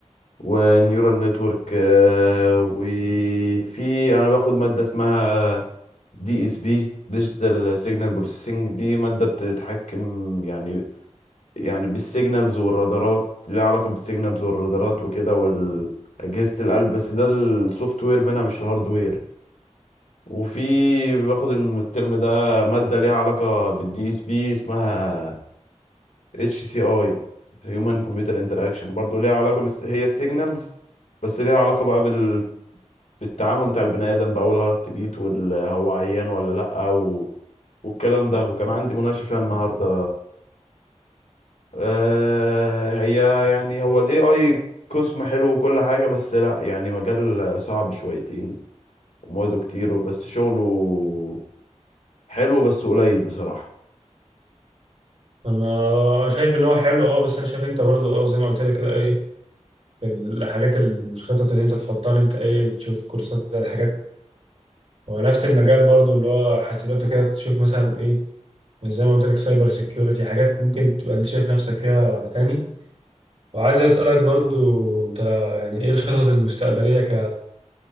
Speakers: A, on the left; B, on the right.
A: ونيورال نتورك آه، وفي انا باخد ماده اسمها دي اس بي ديجيتال سيجنال بروسيسنج دي ماده بتتحكم يعني يعني بالسيجنالز والرادارات ليها علاقه بالسيجنالز والرادارات وكده واجهزه القلب بس ده السوفت وير منها مش الهاردوير وفي باخد الم- الترم ده ماده ليها علاقه بالدي اس بي اسمها اتش سي اي هيومن كمبيوتر انتراكشن برضه ليها علاقه بس هي السيجنالز بس ليها علاقه بقى بال... بالتعامل بتاع البني ادم بقى والهارت بيت وهو عيان ولا لا و... والكلام ده وكان عندي مناقشه فيها النهارده آه هي يعني هو الاي اي قسم حلو وكل حاجه بس لا يعني مجال صعب شويتين ومواده كتير وبس شغله حلو بس قليل بصراحه
B: انا شايف ان هو حلو اه بس انا شايف انت برضو اه زي ما قلت لك كده ايه في الحاجات الخطط اللي انت تحطها ان انت ايه تشوف كورسات الحاجات هو نفس المجال برضو اللي هو حاسبات وكده تشوف مثلا إيه، زي ما قلت لك سايبر سيكيورتي حاجات ممكن تبقى انت شايف نفسك فيها تاني وعايز اسالك برضو انت يعني ايه الخطط المستقبليه ك